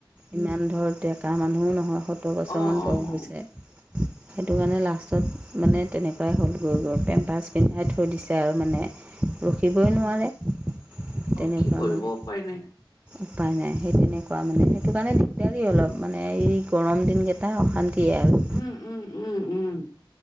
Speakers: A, on the right; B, on the left.
A: ইমান ধৰ ডেকা মানুহো নহয়, সত্তৰ বছৰমান
B: অ অ অ
A: বয়স
B: অ
A: হৈছে। সেইটো কাৰণে লাষ্টত মানে তেনেকুৱাই হ'লগৈ গৈ পেম্পাছ পিন্ধাই থৈ দিছে আৰু মানে। ৰখিবই
B: অ
A: নোৱাৰে,
B: অ
A: তেনেকুৱা
B: কি কৰিব
A: মানে
B: উপায় নাই
A: উপায় নাই। সেই তেনেকুৱা মানে, সেইটো কাৰণে দিগদাৰি অলপ মানে এই গৰম দিনকেইটা অশান্তিয়ে আৰু।
B: উম উম, উম উম।